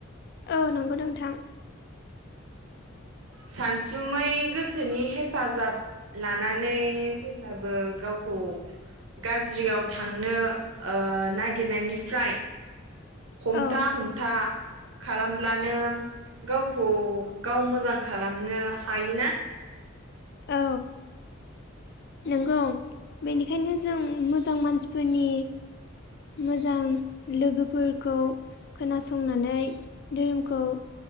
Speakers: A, on the left; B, on the right.
A: औ नंगौ नोंथां।
B: सानसुमै गोसोनि हेफाजाब लानो। जेब्लाबो गावखौ गाज्रियाव थांनो ओ। नागिरनायनिफ्राय हमथा
A: औ
B: हमथा। खालामब्लानो गावखौ गाव मोजां खालामनो हायोना।
A: औ। नंगौ बेनिखायनो जों मोजां मानसिफोरनि। मोजां। लोगोफोरखौ खोनासंनानै धोरोमखौ।